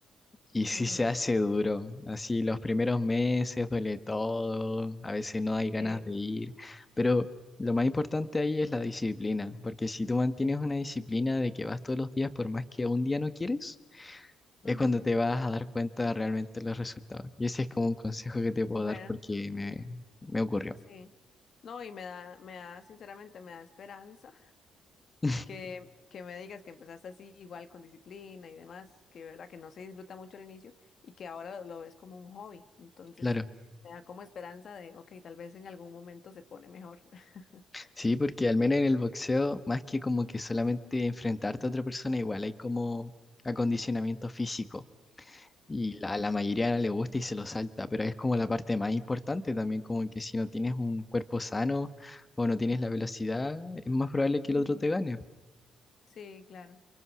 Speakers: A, on the left; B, on the left.
A: Y sí
B: Ujú,
A: se hace duro, así los primeros meses duele todo, a veces no hay ganas
B: Sí.
A: de ir, pero lo más importante ahí es la disciplina, porque si tú mantienes una disciplina de que vas todos los días por más que un día no quieres, es
B: ujú,
A: cuando te vas a dar cuenta de realmente los resultados. Y ese es como un consejo que te puedo
B: Bueno,
A: dar porque me, me ocurrió.
B: sí. No, y me da, me da, sinceramente, me da esperanza
A: <laughs>
B: que, que me digas que empezaste así igual con disciplina y demás, que verdad que no se disfruta mucho al inicio y que ahora lo, lo ves como un hobby. Entonces,
A: Claro,
B: me da como esperanza de, ok, tal vez en algún momento se pone mejor. <laughs>
A: sí, porque al menos en el boxeo, más que como que solamente enfrentarte a otra persona, igual hay como acondicionamiento físico. Y a la mayoría no le gusta y se lo salta, pero es como la parte más importante también, como que si no tienes un cuerpo sano o no tienes la velocidad, es más probable que el
B: Ujú,
A: otro
B: ujú.
A: te gane.
B: Sí, claro.